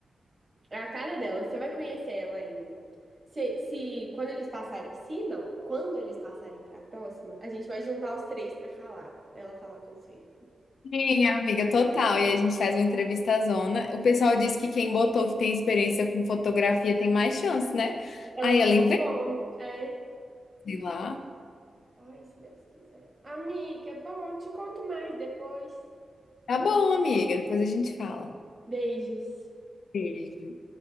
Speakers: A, on the right; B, on the left.
A: É a cara dela, você vai conhecer ela ainda. Se, se quando eles passarem, se não, quando eles passarem para a próxima, a gente vai juntar os três para falar, para ela falar com vocês.
B: Sim, amiga, total. E aí a gente faz uma entrevista zona. O pessoal disse que quem botou que tem experiência com fotografia tem mais chance, né?
A: Ela
B: Aí
A: colocou,
B: ela investe
A: é.
B: lá.
A: Ai, se Deus quiser. Amiga, bom, eu te conto mais depois.
B: Tá bom, amiga, depois a gente fala.
A: Beijos.
B: Beijo.